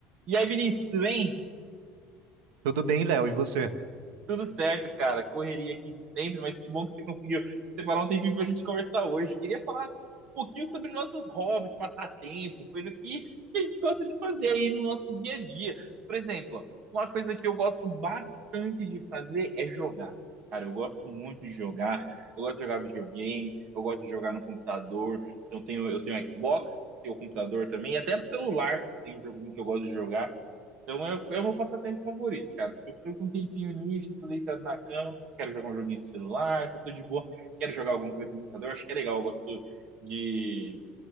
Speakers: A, on the right (about 40°); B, on the right (about 90°).
A: E aí, Vinícius, tudo bem?
B: Tudo bem, Léo, e você?
A: Tudo certo, cara. Correria aqui de sempre, mas que bom que você conseguiu separar um tempinho pra gente conversar hoje. Queria falar um pouquinho sobre nossos hobbies, passatempo, coisa que que a gente gosta de fazer aí no nosso dia a dia. Por exemplo, uma coisa que eu gosto bastante de fazer é jogar. Cara, eu gosto muito de jogar. Eu gosto de jogar videogame, eu gosto de jogar no computador. Então, eu tenho, eu tenho Xbox, tenho computador também, e até no celular tem um joguinho que eu gosto de jogar. Então é, o- é o meu passatempo favorito, cara. Se eu tô com um tempinho nisso, tô deitado na cama, quero jogar um joguinho no celular, se eu tô de boa, quero jogar alguma coisa no computador, acho que é legal, eu gosto de